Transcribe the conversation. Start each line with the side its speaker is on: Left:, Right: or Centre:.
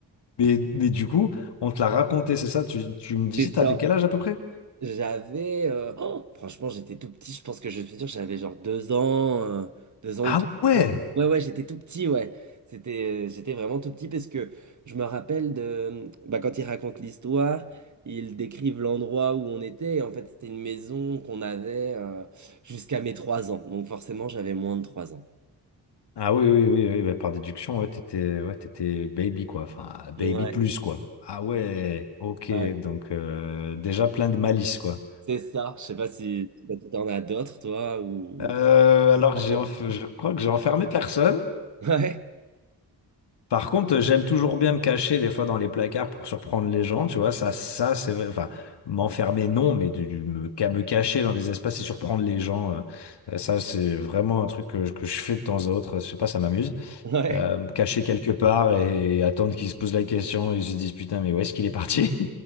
Left: Mais, mais du coup, on te l'a raconté, c'est ça? Tu, tu me disais,
Right: C'est
Left: t'avais
Right: ça,
Left: quel âge à peu près?
Right: J'avais, euh, oh, franchement, j'étais tout petit. Je pense que je suis sûr, j'avais genre deux ans, euh, deux ans
Left: Ah
Right: ou trois.
Left: ouais!
Right: Ouais, ouais, ouais, j'étais tout petit, ouais. C'était, euh, j'étais vraiment tout petit parce que je me rappelle de, bah, quand ils racontent l'histoire, ils décrivent l'endroit où on était. Et en fait, c'était une maison qu'on avait euh, jusqu'à mes trois ans. Donc forcément, j'avais moins de trois ans.
Left: Ah oui, oui, oui, oui, bah, par déduction, ouais, t'étais, ouais, t'étais baby, quoi. Enfin, baby
Right: Ouais,
Left: plus, quoi. Ah ouais, ok,
Right: ouais,
Left: donc euh, déjà plein de malice, quoi.
Right: c'est ça. Je sais pas si, je sais pas si t'en as d'autres, toi, ou...
Left: Euh, alors, j'ai
Right: ou-
Left: enf- je crois que j'ai enfermé personne.
Right: <laughs> Ouais,
Left: Par contre, j'aime toujours bien me cacher des fois dans les placards pour surprendre les gens, tu vois. Ça, ça, c'est, enfin, m'enfermer, non, mais de, de me, ca- me cacher dans des espaces et surprendre les gens, euh, euh, ça, c'est vraiment un truc que, je que je fais de temps à autre. Je sais pas, ça m'amuse.
Right: ouais,
Left: euh, caché quelque part et attendre qu'ils se posent la question et ils se disent putain, mais où est-ce qu'il est parti?